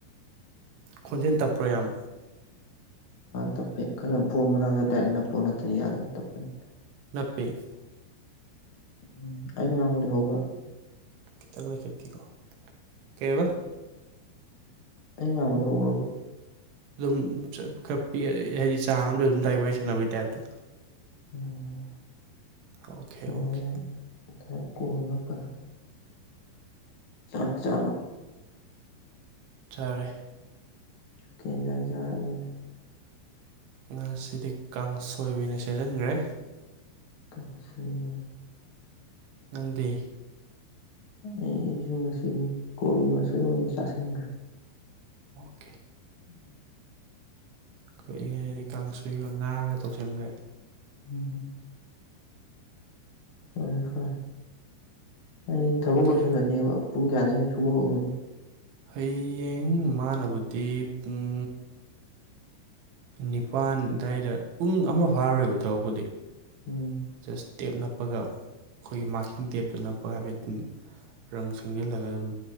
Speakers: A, on the right; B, on the left.
A: ꯈꯣꯟꯖꯦꯜ ꯇꯞꯄ꯭ꯔꯣ ꯌꯥꯝ
B: ꯇꯞꯄꯦ ꯈꯜ ꯐꯣꯟ ꯃꯅꯥꯛꯇ ꯗꯥꯏꯔꯦꯛ ꯅꯞꯄ ꯅꯠꯇꯅꯤ ꯌꯥꯗ ꯑꯗꯨꯝ ꯇꯞꯄꯅꯤ
A: ꯅꯞꯄꯤꯦ
B: ꯎꯝ ꯑꯩꯅ ꯉꯥꯡꯕꯨꯗꯤ ꯍꯧꯕ꯭ꯔꯥ
A: ꯀꯈꯤꯇꯪꯅ ꯈꯦꯇ ꯀꯣ ꯀꯩꯕ
B: ꯑꯩ ꯉꯥꯡꯕꯗꯤ ꯍꯧꯔꯕ
A: ꯑꯗꯨꯝ ꯈꯔ ꯄ ꯍꯥꯏꯗꯤ ꯆꯥꯡ ꯑꯝꯗ ꯑꯗꯨꯝ ꯗꯥꯏ ꯋꯥꯔꯤ ꯋꯥꯔꯤ ꯁꯥꯟꯅꯕꯒꯤ ꯇꯥꯏꯞꯇꯣ
B: ꯎꯝ
A: ꯑꯣꯀꯦ
B: ꯑꯦ
A: ꯑꯣꯀꯦ
B: ꯉ ꯀꯣꯜꯅ ꯐꯖꯅ ꯆꯥꯛ ꯆꯥ
A: ꯆꯔꯦ
B: ꯀꯦꯟꯖꯥꯡ ꯆꯥꯔꯒꯦ
A: ꯉꯥꯁꯤꯗꯤ ꯀꯥꯡꯁꯣꯏꯕꯤ ꯑꯣꯏꯅ ꯁꯖꯤꯟꯈ꯭ꯔꯦ
B: ꯀ ꯁꯤ ꯎꯝ
A: ꯅꯪꯗꯦ
B: ꯑꯩꯁꯨ ꯉꯁꯤꯅꯤ ꯀꯣꯕꯤ ꯃꯆꯣꯏ ꯑꯣꯏꯅ ꯆꯥꯥꯁꯟꯈ꯭ꯔꯦ
A: ꯇꯣ
B: ꯎꯝ
A: ꯑꯩꯈꯣꯏꯏ ꯉꯩꯁꯤꯗꯤ ꯀꯥꯡ ꯁꯣꯏꯒ ꯉꯥꯒ ꯇꯧꯁꯤꯟꯈ꯭ꯔꯦ
B: ꯎꯝꯝ ꯐꯔꯦ ꯐꯔꯦ ꯑꯩ ꯊꯕꯛ
A: ꯑꯣꯀꯦ
B: ꯂꯣꯏꯁꯤꯜꯂꯅꯦꯕ
A: ꯑꯣꯀꯦ
B: ꯄꯨꯡ ꯀꯌꯥꯗꯒꯤꯨꯛ ꯁꯨꯕ ꯍꯧꯗꯣꯏꯅꯣ
A: ꯍꯌꯦꯡ ꯃꯥꯟꯅꯕꯗꯤ ꯄꯨꯡ ꯅꯤꯄꯥꯜ ꯑꯗꯨꯋꯥꯏꯗ ꯄꯨꯡ ꯑꯃ ꯐꯥꯔꯨꯣꯏꯕ ꯊꯕꯛꯄꯨꯗꯤ
B: ꯎꯝ
A: ꯖꯁ ꯇꯦꯞ ꯅꯞꯄꯒ ꯑꯩꯈꯣꯏꯒꯤ ꯃꯥꯔꯀꯤꯡ ꯇꯦꯞꯇ ꯅꯞꯄꯒ ꯍꯥꯏꯕ ꯑꯗꯨ ꯔꯪ ꯁꯪꯖꯜꯂꯒ ꯑꯗꯨꯝ